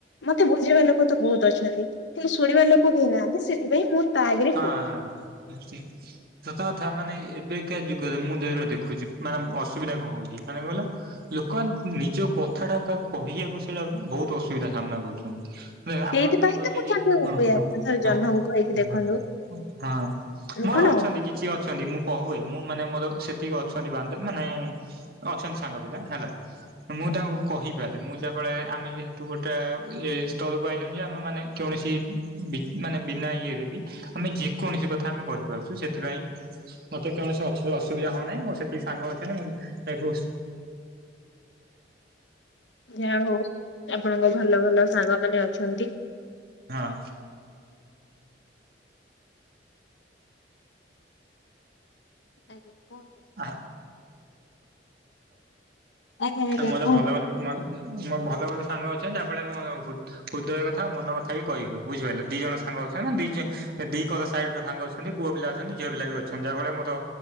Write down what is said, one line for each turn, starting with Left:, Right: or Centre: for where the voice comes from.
Left: ମତେ ବୁଝିବା ଲୋକ ତ ବହୁତ ଅଛନ୍ତି କିନ୍ତୁ ଶୁଣିବା ଲୋକ କେହି ନାହାନ୍ତି ସେଥିପାଇଁ ମୁଁ ତା ଆଗରେ
Right: ହଁ
Left: କୁହେ।
Right: ସତ କଥା ମାନେ ଏବେକା ଯୁଗରେ ମୁଁ ଯୋରା ଦେଖୁଛି ମାନେ ଅସୁବିଧା କଣ ହଉଛି ମାନେ କହିଲ ଲୋକମାନେ ନିଜ କଥା ଟା କା କହିବାକୁ ସେଇଟା ବହୁତ ଅସୁବିଧା ସାମ୍ନା କରୁଛନ୍ତି। ନା
Left: ସେଇଥିପାଇଁ
Right: ଆପଣ ଯେମିତି କହିଲେ
Left: ତ ମୁଁ
Right: କି
Left: ଜହ୍ନକୁ
Right: <unintelligible>
Left: କୁହେ ଆପଣ ଥରେ ଜହ୍ନକୁ କହିକି ଦେଖନ୍ତୁ
Right: ହଁ ମୋର
Left: କଣ
Right: ଅଛନ୍ତି କିଛି ଅଛନ୍ତି ମୁଁ କହୁଏ ମୁଁ ମାନେ ମୋର ସେତିକି ଅଛନ୍ତି ବାନ୍ଧ ମାନେ ଅଛନ୍ତି ସାଙ୍ଗ ପିଲା ହେଲା। ମୁଁ ତାଙ୍କୁ କହିପାରେ ମୁଁ ଯାହା ଫଳେ ଆମେ ଯେହେତୁ ଗୋଟେ ଏଇ ସ୍ତରକୁ ଆଇଲୁଣି ଯେ ଆମେ ମାନେ କୌଣସି ବି ମାନେ ବିନା ଇଏରେ ବି ଆମେ ଯେକୌଣସି କଥା ଆମେ କହିପାରୁଛୁ ସେଥିପାଇଁ ମତେ କୌଣସି ଅସ ଅସୁବିଧା ହଉନାହିଁ ମୋ ସେତିକି ସାଙ୍ଗ ଅଛନ୍ତି ମୁଁ ଏଇ ବୁସ
Left: ଯା ହଉ ଆପଣଙ୍କ ଭଲ ଭଲ ସାଙ୍ଗ ମାନ ଅଛନ୍ତି।
Right: ହଁ।
Left: ଆଜ୍ଞା କୁହନ୍ତୁ।
Right: <unintelligible>
Left: ଆଜ୍ଞା ଆଜ୍ଞା
Right: ମୋ
Left: କୁହନ୍ତୁ
Right: ଭଲ ଭଲ ସାଙ୍ଗ ଅଛନ୍ତି ଯାହାଫଳରେ ମୁଁ ହୃ ହୃଦୟ କଥା ଆଉ ମନ କଥା ବି କହି ହୁଏ ବୁଝିପାଇଲ ଦି ଜଣ ସାଙ୍ଗ ଅଛନ୍ତି ଦି ଦି କ କର ସାଇଡ ର ସାଙ୍ଗ ଅଛନ୍ତି। ଅଛନ୍ତି ପୁଅ ପିଲା ଅଛନ୍ତି ଝିଅିଲା ବି ଅଛନ୍ତି ଯାହା ଫଳରେ ମୋର